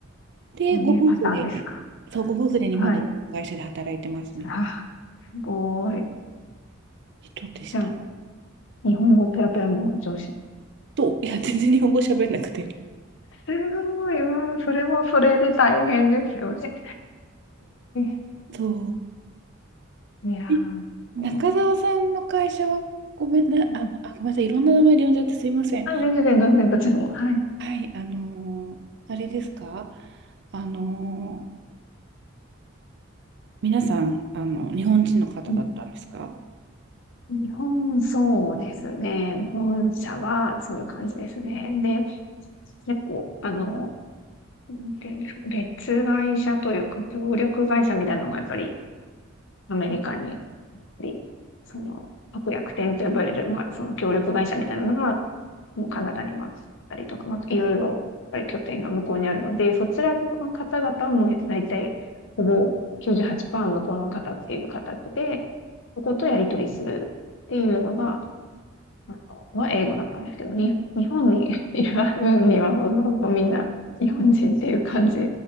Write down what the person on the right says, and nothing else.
で、
ご夫婦で、そう、ご夫婦で日本で会社で働いてますみたい
な人でした。
と、いや、全然日本語喋れなくて。
そ
う。え中澤さんの会社は、
ごめんな、
あ、あごめんなさい、いろんな名前で呼んじゃってすいません。
はい、あのーあれですかあのー皆さん、あの、日本人の方だったんですか